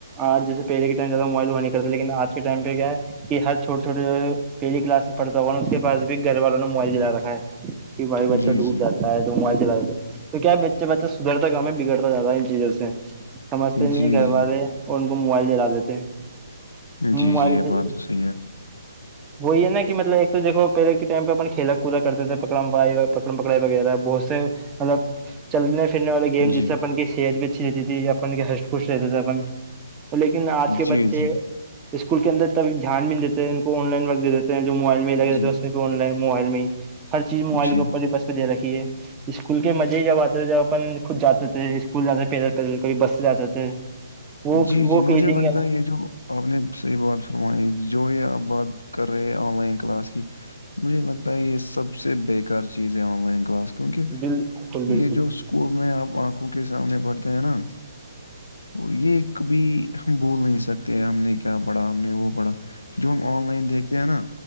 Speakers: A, on the right (about 20°); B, on the left (about 80°).
A: آج جسے پہلے کے ٹائم سےیادہ موبائل ہوا نہیں کرتا لیکن آج ائ پہ کیا ہے کہ ہر چھوٹے چھوٹ جو ہے پہلی کلاس میں پڑتا ہوا نا اس کے پاس بھی گھر والوں نے موبائل دلا رکھا ہے کہ بھائی بچہ
B: جی
A: دور
B: جی
A: جاتا ہے تو موبائل چل دی تو کیا بچہ بچہ سدھرتا کاا ہے بگڑتا جاتا ہے ان چیزوں سے سمجتے
B: جی
A: نہیں ہیں گھر
B: جی
A: والے اور ان کو موبائل دلا دیتے ہیں
B: جی
A: موبائل
B: جی یہ
A: سے
B: بات تو صحیح ہے
A: وہی ہے نا کہ مطلب ایک تو دیکو پہلے کے ٹائم پہ اپن کھیلا کودک کرتے تھے پکڑائی پکڑم پکڑائی وغیرہ بہت سے مطلب چلنے پھرنے والے گیم جس
B: جی
A: سے اپن کی صحت بھی اچھی رہتی تھی اپن کے ہس خوش رہتا تھے اپن لیکن آج کے
B: جی
A: بچے
B: جی
A: اسکول کے اندر تب دھیان بھی نہیں دیتے ان کو آن لائن ورک دے دیتے جو موبائل میں لگے
B: جی
A: رہے ہیں اس میںن ل ہے موبائل میں ہیر چیز موبائل
B: جی
A: کے اوپر بسہ دے رکھی ہے اسکول کے مزے ہی جب آتے تھے جب اپن خود جاتے تھے اسکول جاتے پیدل پیدل کب بس سے جاتے تھے وہ
B: جی
A: وہ
B: جی مجھے
A: فیلنگ
B: لگتا ہے یہ جو آپ نے صحیح بات فرمائی جو یہ آپ بات کر رہے ہیں آن لائن کلاس کی مجھے لگتا ہے یہ سب سے بےیکار چیز ہے آن لائن کلاس کیونکہ
A: بالکل بالکل
B: یہ جو ک میں آپ آنکھوں کے سامنے بڑتے ہے نا اور یہ کبھی ہم بھول نہیں سکتے ہم نے کیا پڑھا ہم نے وہ پڑھا جو ہم آن لائن دیکھتے ہیں نا